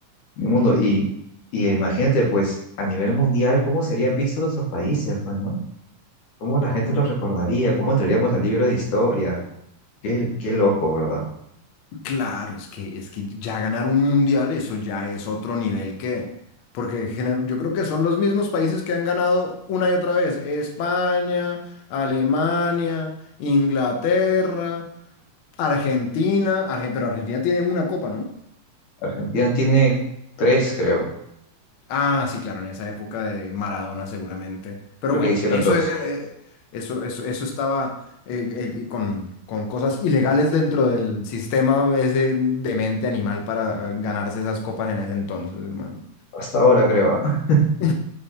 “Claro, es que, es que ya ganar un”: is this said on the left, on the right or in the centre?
Left